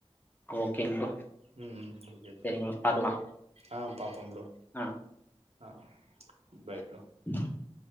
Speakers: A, on the left; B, on the right.
A: ஓகேங் ப்ரோ.
B: ம் ம் ஓகே ப்ரோ
A: சரிங்க பாக்கலா
B: ஆ பாப்போம் ப்ரோ
A: ஆ
B: ஆ பாய்
A: <inaudible>
B: ப்ரோ